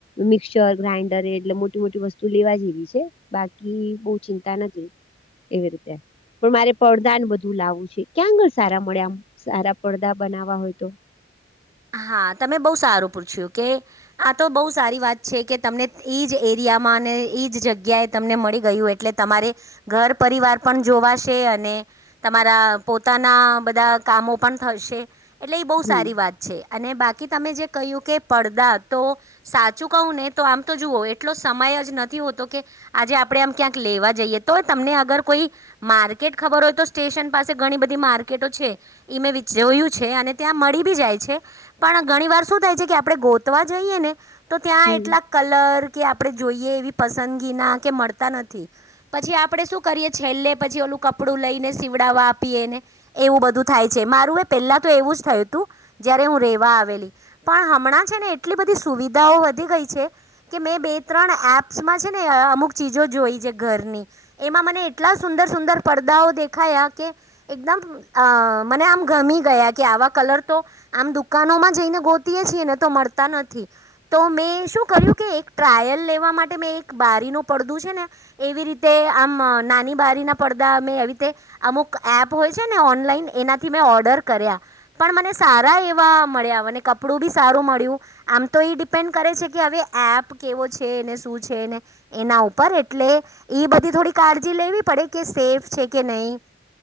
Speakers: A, on the left; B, on the right.
A: મિક્સચર ગ્રાઇન્ડર એટલે મોટી મોટી વસ્તુ લેવા જેવી છે બાકી બો ચિંતા નથી. એવી રીતે પણ મારે પડદાન બધું લાવું છે ક્યાં કરશે સારા મળ્યામ સારા પડદા બનાવા હોય તો
B: હા તમે બહુ સારું પૂછ્યું કે આ તો બહુ સારી વાત છે કે તમને એ જ એરિયા અને એજ જગ્યાએ તમને મળી ગયું એટલે તમારે ઘર પરિવાર પણ જોવાશે અને તમારા પોતાના બધા કામો પણ થશે એટલે એ બહુ
A: હમ
B: સારી વાત છે અને બાકી તમે જે કહ્યું કે પડદા તો સાચું કહું ને તો આમ તો જુઓ એટલો સમય જ નથી હો તો કે આજે આપણે આમ ક્યાંક લેવા જઈએ તો તમને અગર કોઈ માર્કેટ ખબર હોય તો સ્ટેશન પાસે ઘણી બધી માર્કેટો છે ઈ મે જોયું છે અને ત્યાં મળી બી જાય છે. પણ ઘણી વાર શું થાય છે કે આપણે ગોતવા જઈએ ને તો ત્યાં
A: હમ
B: એટલા કલર કે આપણે જોઈએ એવી પસંદગી ના કે મળતા નથી પછી આપડે શું કરીએ છેલ્લે પછી ઓલું ક કપડું લઈને સીવડાવવા આપીએને એવું બધું થાય છે મારું એ પેલા તો એવું જ થયું તું જયારે હું રેવા આવેલી પણ હમણાં છે ને એટલી બધી સુવિધાઓ વધી ગઈ છે કે મેં બે ત્રણ એપ્સમાં છે ને અમુક ચીજો જોઈ છે ઘરની એમાં મને એટલા સુંદર સુંદર પડ બધા <unintelligible> દેખાયા કે એકદમ મને આમ ગમી ગયા કે આવા કલર તો આમ દુકાનોમાં જઈને ગોતીયે છીએ ને તો મળતા નથી તો મેં શું કર્યું કે એક ટ્રાયલ લેવા માટે મેં એક બારીનું પડદું છે ને એવી રીતે આમ નાની બારી ના પડદા મે એવી રીતે અમુક એપ હોય છે, ને ઓનલા એનાથી મેં ઓર્ડર કર્યા પણ મને સા એવા મળ્યા કપડું બી સારું મળ્યું આમ તો એ ડિપેન્ડ કરે છે કે હવે એપ કેવો છે અને શું છે એના ઉપર એટલે ઈ બધી થોડી કાળજી લેવી પડે કે સેફ છે કે નહી